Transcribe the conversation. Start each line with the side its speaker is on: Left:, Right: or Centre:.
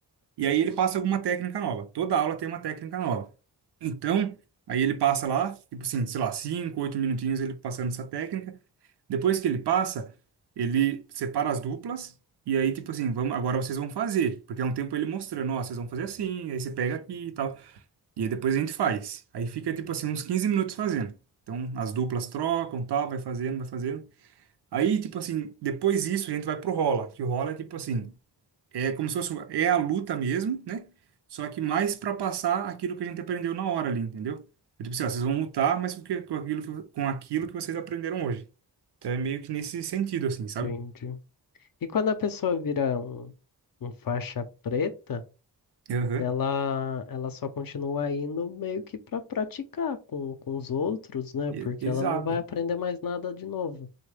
Right: E aí ele passa alguma técnica nova. Toda aula tem uma técnica nova. Então, aí ele passa lá, tipo assim, sei lá, cinco, oito minutinhos ele passando essa técnica. Depois que ele passa, ele separa as duplas e aí, tipo assim, vamos, agora vocês vão fazer. Porque é um tempo ele mostrando, ó, vocês vão fazer assim, aí você pega aqui e tal. E aí depois a gente faz. Aí fica, tipo assim, uns 15 minutos fazendo. Então, as duplas trocam, tal, vai fazendo, vai fazendo. Aí, tipo assim, depois disso a gente vai pro rola, que o rola é tipo assim, é como se fosse, é a luta mesmo, né? Só que mais para passar aquilo que a gente aprendeu na hora ali, entendeu? Então, tipo assim, ó, vocês vão lutar, mas com, que- com aquilo que, com aquilo que vocês aprenderam hoje. Então é meio que nesse sentido, assim, sabe?
Left: entendi. E quando a pessoa vira um, um faixa preta,
Right: Aham.
Left: ela, ela só continua indo meio que para praticar com, com os outros, né?
Right: E-
Left: Porque
Right: Exato.
Left: ela não vai aprender mais nada de novo.